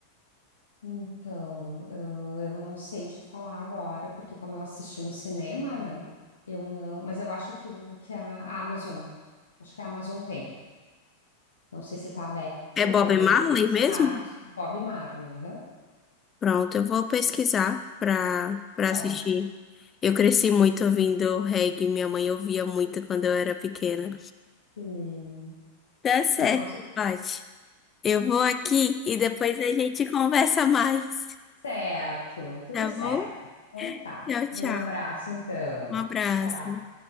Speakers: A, on the left; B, on the left.
A: Então, uh, eu não sei te falar agora, porque como eu assisti no cinema, né? Eu não. Mas eu acho que, o- que a a Amazon, acho que a Amazon tem. Não sei se está aberto,
B: É, é Bob
A: talvez,
B: Marley
A: aqueles
B: mesmo?
A: pagos. Bob Marley, aham.
B: Pronto, eu vou pesquisar pra, pra
A: É ótimo.
B: assistir. Eu cresci muito ouvindo reggae, minha mãe ouvia muito quando eu era pequena.
A: Sim.
B: Tá certo,
A: Eu gosto.
B: Paty. Eu vou aqui e depois a gente conversa mais,
A: Certo, tudo
B: tá
A: certo.
B: bom?
A: Então tá.
B: Tchau, tchau.
A: Um abraço então.
B: Um abraço.
A: Tchau.